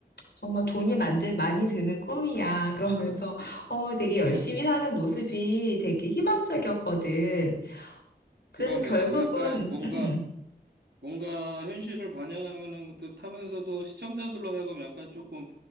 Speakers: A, on the left; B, on the right.
A: 정말 돈이 만든 많이 드는 꿈이야. <laughs> 그러면서 어 되게 열심히
B: 음.
A: 사는 모습이 되게 희망적이었거든. 그래서
B: 그러네.
A: 결국은
B: 약간 뭔가,
A: 음.
B: 뭔가 현실을 반영하는 듯하면서도 시청자들로 하여금 약간 조금